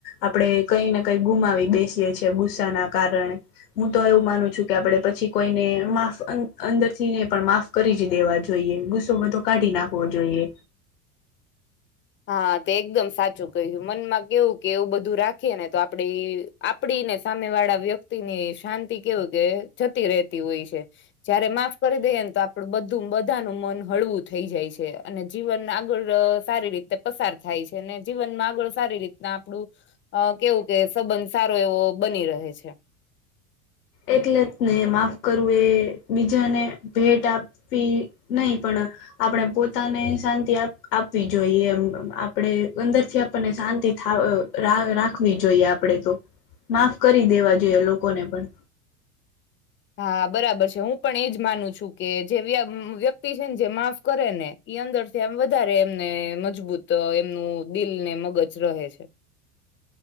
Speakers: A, on the left; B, on the left.
A: આપડે કઈ ને કઈ ગુમાવી બેસીએ છીએ ગુસ્સા ના કારણે. હું તો એવું માનું છું કે આપડે પછી કોઈને માફ અં-અંદર થી નને પણ માફ કરી જ દેવા જોઈએ ગુસ્સો બધો કાઢી નાખવો જોઈએ.
B: હા તે એકદમ સાચું કહ્યું મનમાં કેવું કે એવું બધું રાખીયેને તો આપડે એ આપડી ને સામે વાળા વ્યક્તિની શાંતિ કેવું કે જતી રહેતી હોય છે. જયારે માફ કરી દઈએને તો આપડું બધું બધાનુ મન હળવું થઈ જાય છે, અને જીવન આગળ અહ સારી રીતે છેને જીવનમાં આગળ સારી રીતના આપણું અહ કેવું કે સંબંધ સારો એવો બની રહે છે.
A: એટલે જ ને માફ કરવું એ બીજાને ભેટ આપ વી નહી પણ આપડે પોતાને શાંતિ આપ-આપવી જોઈએ એમ આપડે અંદરથી આપ આપને શાંતિ થાવ રાખવી જોઈએ આપડે તો માફ કરી દેવા જોઈએ લોકોને પણ.
B: હા બરાબર છે, હું પણ એજ માનું છું કે જેવી આ વ્યક્તિ છેને જે માફ કરેને ઈ અંદર થી આમ વધારે એમને મજબૂત એમનું દિલને મગજ રહે છે.